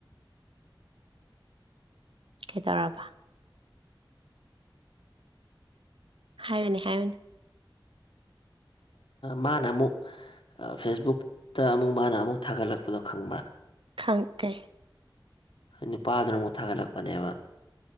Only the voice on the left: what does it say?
ꯃꯥꯅ ꯑꯃꯨꯛ ꯐꯦꯁꯕꯨꯛꯇ ꯑꯃꯨꯛ ꯃꯥꯅ ꯑꯃꯨꯛ ꯊꯥꯒꯠꯂꯛꯄꯗꯣ ꯈꯪꯕ꯭ꯔꯥ
ꯅꯨꯄꯥꯗꯨꯅ ꯑꯃꯨꯛ ꯊꯥꯒꯠꯂꯛꯄꯅꯦꯕ